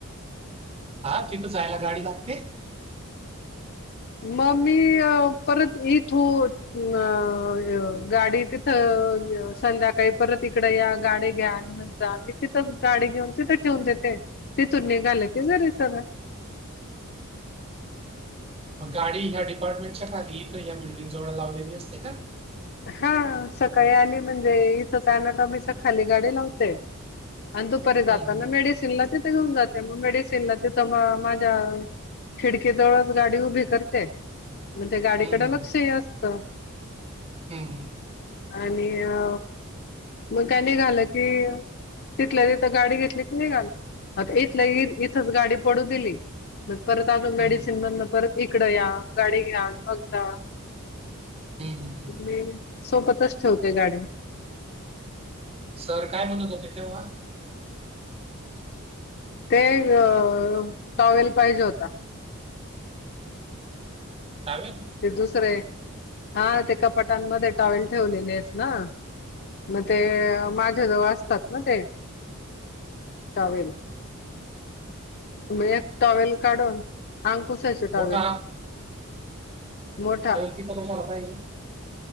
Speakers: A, on the right; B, on the left.
A: हा तिथं जायला गाडी लागते?
B: मग मी परत इथून अ अ गाडी तिथं संध्याकाळी परत इकडे या गाडी घ्या गावी तिथंच गाडी घेऊन तिथं ठेवून देते, तिथून निघाल की घरी सरळ.
A: मग गाडी ह्या डिपार्टमेंटच्या खाली तर ह्या बिल्डिंगजवळ लावलेली असते का?
B: हा सकाळी आली म्हणजे इथंच <unintelligible> टॉकीजच्या खाली गाडी लावते. आणि दुपारी जाताना
A: हं, हं, हं.
B: मिेडी सिनला तिथे घेऊन जाते मग, मेडिसिन ला तिथं मग माझ्या खिडकीजवळच गाडी उभी करते म्हणजे गाडीकडे
A: हं, हं,
B: लक्षही असतं.
A: हम्म हम्.
B: आणि अ, मग काय निघालं की तिथल्या तिथं गाडी घेतली की निघाले, आता इथल्या इथंच गाडी पडू दिली मग परत आजून मेडिसिन
A: हं, हं.
B: मधून परत इकडं या, गाडी घ्या, मग जा.
A: हं, हं, हं. हं.
B: मी, सोबतच ठेवते गाडी.
A: सर काय म्हणत होते तेव्हा?
B: ते ह्य, टाॅवेल पाहिजे होता.
A: टावेल?
B: ते दुसरेत, हा ते कपाटांमध्ये टॉवेल ठेवलेले आहेत ना. मग ते माझ्याजवळ असतात ना ते! टॉवेल. मग एक टॉवेल काढून आंग पुसायचा टॉवेल,
A: मोठा
B: मोठा
A: तिथ कशाला पाहिजे?